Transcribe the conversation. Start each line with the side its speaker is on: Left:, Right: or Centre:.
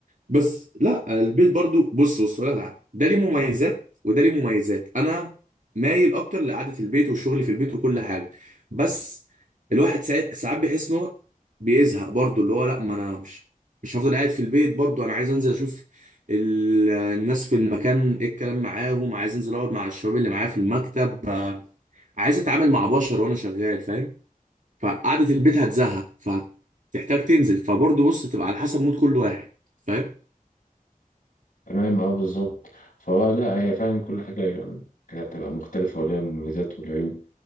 Right: بس لا البيت برضو بص بص ولا لا ده ليه مميزات وده ليه مميزات انا مايل اكتر لقعده البيت والشغل في البيت وكل حاجه بس الواحد ساعات ساعات بيحس ان هو بيزهق برضو اللي هو لا ما انا مش مش هفضل قاعد في البيت برضو انا عايز انزل اشوف ال- الناس في المكان ايه الكلام معاهم عايز انزل اقعد مع الشباب اللي معايا في المكتب آه، عايز اتعامل مع بشر وانا شغال فاهم فقعده البيت هتزهق فتحتاج تنزل فبرضو بص بتبقى على حسب مود كل واحد فاهم
Left: تمام اه بالظبط فهو لا هي فعلا كل حاجة كانت بتبقى مختلفة وليها مميزات والعيوب